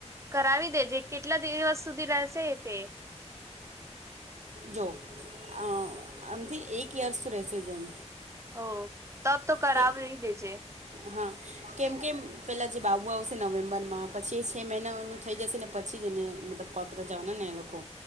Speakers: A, on the right; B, on the right.
A: કરાવી દેજે કેટલા દિવસ સુધી રહેશે તે
B: જો અ મઆમથી અ એક યર્સ તો રહેશે જ એમ
A: ઓ તબ તો કરાવહી
B: કે
A: દેજે
B: હા કેમ કેમ પેલા જે બાબુ આવશે નવેમ્બર માં પછી એ છે મહિનાનું થઈ જશે ને પછી જેને મતલબ કોલકતા જાવાના ને એ લોકો